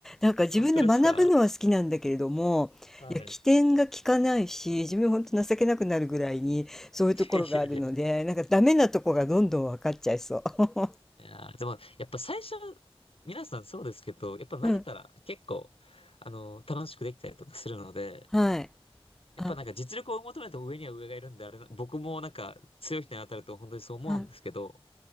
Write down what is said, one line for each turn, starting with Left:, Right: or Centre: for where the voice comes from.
Centre: なんか自分で学ぶのは好きなんだけれども、
Left: 本当ですかはい。
Centre: いや、起点が利かないし、
Left: <laughs> い
Centre: 自分ほんと情けなくなるぐらいに、そういうところがあるので、
Left: やいやいや。
Centre: なんかダメなとこがどんどん分かっちゃいそう。<laughs>
Left: いやーでも、やっぱ最初、皆さんそうですけど、やっぱ慣れたら結構、
Centre: うん、
Left: あの、楽しくできたりとかするので、
Centre: はい。
Left: やっぱなんか実力を求めても上には上がいるんで、
Centre: あ、
Left: あれな、僕もなんか強い人に当たると本当にそう思うんですけど、
Centre: はい。